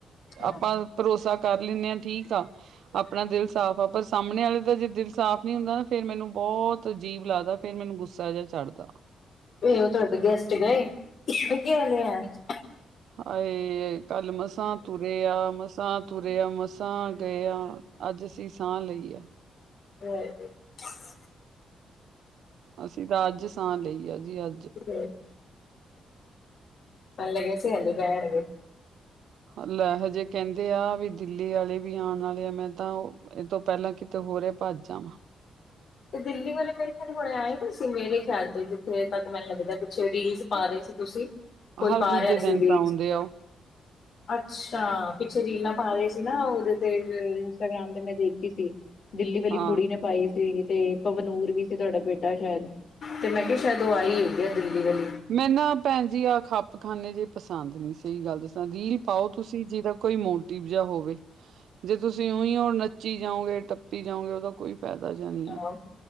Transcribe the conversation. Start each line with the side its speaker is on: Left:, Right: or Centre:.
Left: ਹਾਂ
Right: ਆਪਾਂ ਭਰੋਸਾ ਕਰ ਲੈਂਦੇ ਆਂ ਠੀਕ ਆ ਆਪਣਾ ਦਿਲ ਸਾਫ਼ ਆ ਪਰ ਸਾਹਮਣੇ ਵਾਲੇ ਦਾ ਜੇ ਦਿਲ ਸਾਫ਼ ਨਹੀਂ ਹੁੰਦਾ ਨਾ ਫਿਰ ਮੈਨੂੰ ਬਹੁਤ ਅਜੀਬ ਲੱਗਦਾ ਫ਼ਿਰ ਮੈਨੂੰ ਗੁੱਸ ਸਜ਼ਾ ਚੜਦਾ
Left: ਇਹ ਤੋਂ ਹਟ ਗਿਆ ਸੀ ਬੇ <unintelligible>
Right: ਆਏ ਕੱਲ ਮਸਾਂ ਤੁਰੇ ਆ ਮਸਾਂ ਤੁਰਿਆ ਮਸਾਂ ਗਏ ਅੱਜ ਅਸੀਂ ਸਾਹ ਲਈ ਆ
Left: <unintelligible>
Right: ਅਸੀਂ ਰਾਜ ਸਾਂਬ ਲਈ ਆ ਜੀ ਅੱਜ
Left: <unintelligible> ਪਹਿਲੇ ਗਏ ਸੀ ਇਹ ਦੁਪਹਿਰ ਹੈ।
Right: ਹਾਲੇ ਇਹੋ ਜਿਹੇ ਕਹਿੰਦੇ ਆ ਵੀ ਦਿੱਲੀ ਵਾਲੇ ਵੀ ਆਉਣ ਵਾਲੇ ਆ ਮੈਂ ਤਾਂ ਇਹ ਤੋਂ ਪਹਿਲਾਂ ਕਿਤੇ ਹੋਰ ਭੱਜ ਜਾਵਾਂ
Left: ਦਿੱਲੀ ਵਾਲੇ ਮੇਰੇ ਖਿਆਲ ਹੁਣੇ ਆਏ ਹੋ ਤੁਸੀਂ ਮੇਰੇ ਖਿਆਲ ਤੇ ਜਿੱਥੇ ਤੱਕ ਮੈਨੂੰ ਲੱਗਦਾ ਪਿੱਛੇ ਰੀਲਸ ਪਾ ਰਹੇ ਸੀ ਤੁਸੀਂ ਕੋਈ
Right: ਹਰ
Left: ਪਾ
Right: ਦੂਜੇ
Left: ਰਿਹਾ
Right: ਦਿਨ
Left: ਸੀ ਵੀ
Right: ਤਾਂ
Left: ਰੀਲਸ
Right: ਆਉਂਦੇ
Left: ਉਧਰ
Right: ਆ <inaudible>
Left: ਅੱਛਾ ਪਿੱਛੇ ਰੀਲਾਂ ਪਾ ਰਹੇ ਸੀ ਨਾ ਉਹਦੇ ਤੇ ਇੰਸਟਾਗ੍ਰਾਮ ਤੇ ਮੈਂ ਦੇਖੀ ਸੀ। ਦਿੱਲੀ ਵਾਲੀ
Right: ਹਾਂ
Left: ਕੁੜੀ ਨੇ ਪਾਈ ਸੀਗੀ ਤੇ ਪਵਨੂਰ ਵੀ ਸੀ ਤੁਹਾਡਾ ਬੇਟਾ ਸ਼ਾਇਦ ਤੇ ਮੈਂ ਕਿਹਾ ਸ਼ਾਇਦ ਉਹ ਆਈ ਹੋਗੀ ਦਿੱਲੀ ਵਾਲੀ
Right: ਮੈ ਨਾ ਭੈਣ ਜੀ ਆਹ ਖੱਪ ਖਾਨੇ ਜੇ ਪਸੰਦ ਨੀ ਸਹੀ ਗੱਲ ਦੱਸਾਂ ਰੀਲ ਪਾਓ ਤੁਸੀਂ ਜਿਹਦਾ ਕੋਈ ਮੋਟਿਵ ਜਿਹਾ ਹੋਵੇ ਜੇ ਤੁਸੀਂ ਉਹੀ ਹੋ ਨੱਚੀ ਜਾਓਗੇ ਟੱਪੀ ਜਾਓਗੇ ਉਹਦਾ ਕੋਈ ਪੈਦਾ ਜਾਣੀ
Left: ਹਾਂ